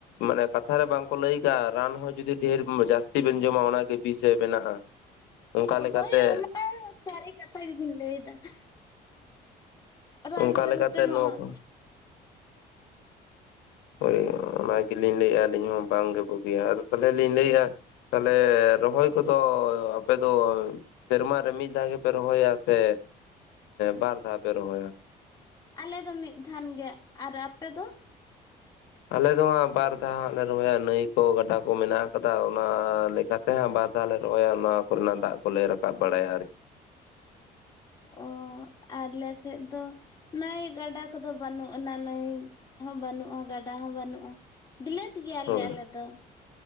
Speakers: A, on the left; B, on the left.
A: ᱢᱟᱱᱮ ᱠᱟᱛᱷᱟ ᱨᱮ ᱵᱟᱝᱠᱚ ᱞᱟᱹᱭ ᱠᱟᱜᱼᱟ, ᱨᱟᱱ ᱦᱚᱸ ᱡᱩᱫᱤ ᱰᱷᱮᱨ ᱡᱟᱹᱥᱛᱤ ᱵᱮᱱ ᱡᱚᱢᱟ ᱚᱱᱟᱜᱮ ᱵᱤᱥᱮ ᱢᱮᱱᱟᱜᱼᱟ ᱾ ᱚᱱᱠᱟ ᱞᱮᱠᱟᱛᱮ
B: ᱦᱳᱭ ᱚᱱᱟ ᱥᱟᱹᱨᱤ ᱠᱟᱛᱷᱟ ᱜᱮᱵᱤᱱ ᱞᱟᱹᱭ ᱮᱫᱟ ᱾ ᱨᱟᱱ
A: ᱚᱱᱠᱟ
B: ᱡᱚᱢ
A: ᱞᱮᱠᱟᱛᱮ
B: ᱛᱮᱦᱚᱸ
A: ᱱᱚᱣᱟ ᱠᱚ ᱳᱭ ᱚᱱᱟ ᱜᱮᱞᱤᱧ ᱞᱟᱹᱭᱮᱜᱼᱟ ᱟᱹᱞᱤᱧ ᱦᱚᱸ ᱵᱟᱝᱜᱮ ᱵᱩᱜᱤᱭᱟ ᱟᱫᱚ ᱛᱟᱦᱚᱞᱮ ᱞᱤᱧ ᱞᱟᱹᱭᱮᱫᱼᱟ ᱛᱟᱦᱚᱞᱮ ᱨᱚᱦᱚᱭ ᱠᱚᱫᱚ ᱟᱯᱮᱫ ᱫᱚ ᱥᱮᱨᱢᱟᱟᱨ ᱨᱮ ᱢᱤᱫ ᱫᱷᱟᱣ ᱜᱮᱯᱮ ᱨᱚᱦᱚᱭᱟ ᱥᱮ ᱵᱟᱨ ᱫᱷᱟᱣ ᱯᱮ ᱨᱚᱦᱚᱭᱟ?
B: ᱟᱞᱮ ᱫᱚ ᱢᱤᱫ ᱫᱷᱟᱣ ᱜᱮ, ᱟᱨ ᱟᱯᱮ ᱫᱚ?
A: ᱟᱞᱮ ᱫᱚ ᱦᱟᱸᱜ ᱵᱟᱨ ᱫᱷᱟᱣ ᱦᱟᱸᱜ ᱞᱮ ᱨᱚᱦᱚᱭᱟ, ᱱᱟᱹᱭ ᱠᱚ ᱜᱟᱰᱟ ᱠᱚ ᱢᱮᱱᱟᱜ ᱟᱠᱟᱫᱟ ᱚᱱᱟ ᱞᱮᱠᱟᱛᱮ ᱾ ᱡᱟᱦᱟᱸ ᱵᱟᱨ ᱫᱷᱟᱚ ᱞᱮ ᱨᱚᱦᱚᱭᱟ ᱱᱚᱣᱟ ᱠᱚᱨᱮᱱᱟᱜ ᱫᱟᱜ ᱠᱚᱞᱮ ᱨᱟᱠᱟᱵ ᱵᱟᱲᱟᱭᱟ ᱟᱨᱠᱤ ᱾
B: ᱚ ᱟᱞᱮ ᱥᱮᱫ ᱫᱚ, ᱱᱟᱹᱭ ᱜᱟᱰᱟ ᱠᱚᱫᱚ ᱵᱟᱹᱱᱩᱜ ᱟᱱᱟ ᱱᱟᱹᱭ ᱦᱚᱸ ᱵᱟᱹᱱᱩᱜᱼᱟ, ᱜᱟᱰᱟ ᱦᱚᱸ ᱵᱟᱹᱱᱩᱜᱼᱟ ᱾ ᱵᱤᱞᱟᱹᱛ ᱜᱮᱭᱟᱞᱮ
A: ᱦᱳᱭ
B: ᱟᱞᱮ ᱫᱚ ᱾